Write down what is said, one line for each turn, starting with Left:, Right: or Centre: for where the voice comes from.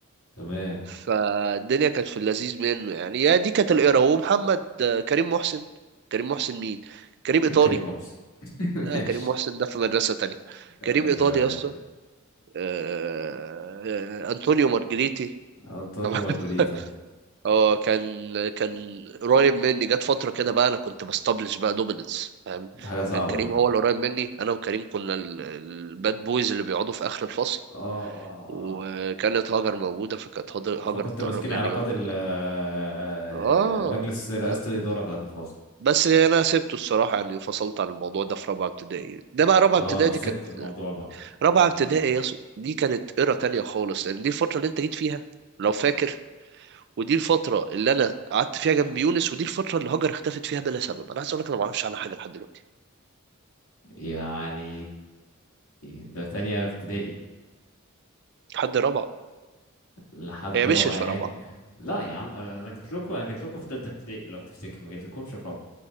Left: تمام
Right: فالدنيا كانت في اللذيذ منه يعني يا دي كانت القرا ومحمد آه، كريم محسن كريم محسن مين كريم ايطالي
Left: مين كريم محسن <laughs>
Right: لا
Left: ماشي
Right: كريم محسن ده في مدرسة تانية
Left: تمام
Right: كريم إيطالي
Left: تمام
Right: يا اسطى آه، آه، أنطونيو مارجريتي
Left: انطونيو
Right: طبعا
Left: مارجريتا
Right: <laughs> اه كان كان قريب مني جت فترة كده بقى أنا كنت بستبلش بقى دوميننس فاهم
Left: دي حاجة صعبة
Right: كان كريم
Left: دي
Right: هو اللي قريب مني أنا وكريم كنا ال- الباد بويز اللي بيقعدوا في آخر الفصل
Left: اه اه
Right: وكانت
Left: اه
Right: هاجر موجودة فكانت هاجر هاجر
Left: فكنت
Right: بتقرب
Left: ماسكين
Right: مني
Left: علاقات
Right: بقى كل
Left: ال
Right: ده.
Left: آه،
Right: اه
Left: مجلس رئاسة
Right: اه
Left: الإدارة بتاعة الفصل
Right: بس أنا سبته الصراحة يعني انفصلت عن الموضوع ده في رابعة ابتدائي ده بقى رابعة
Left: اه
Right: ابتدائي
Left: سبت
Right: دي كانت
Left: الموضوع بقى
Right: رابعة ابتدائي
Left: امم
Right: يا اسطى دي كانت إيرا تانية خالص لأن دي الفترة اللي أنت جيت فيها لو فاكر ودي الفترة اللي أنا قعدت فيها جنب يونس ودي الفترة اللي هاجر اختفت فيها بلا سبب أنا عايز أقول لك أنا ما أعرفش عنها حاجة لحد دلوقتي
Left: يعني ده تانية ابتدائي
Right: لحد رابعة
Left: لحد
Right: هي
Left: رابعة
Right: مشيت
Left: يعني
Right: في رابعة
Left: لا يا عم انا جيت لكم انا جيت لكم في تالتة ابتدائي لو تفتكر ما جيت لكمش في رابعة